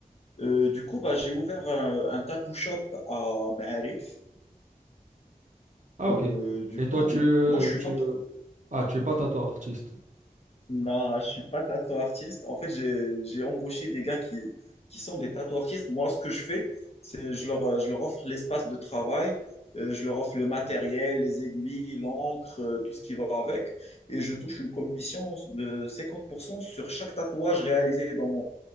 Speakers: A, on the left (about 45°); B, on the right (about 60°).
A: Euh, du coup, bah, j'ai ouvert un, un tattoo shop à Maarif.
B: Ah,
A: Euh,
B: ok.
A: du
B: Et toi,
A: coup,
B: tu,
A: m-
B: euh,
A: moi, je suis
B: tu,
A: pas,
B: ah, tu es pas tatou artiste.
A: Non, je suis pas tattoo artiste. En fait, j'ai, j'ai embauché des gars qui, qui sont des tattoo artistes. Moi, ce que je fais, c'est je leur, euh, je leur offre l'espace de travail, euh, je leur offre le matériel, les aiguilles, l'encre, euh, tout ce qui va avec. Et je touche une commission de 50% sur chaque tatouage réalisé dans mon,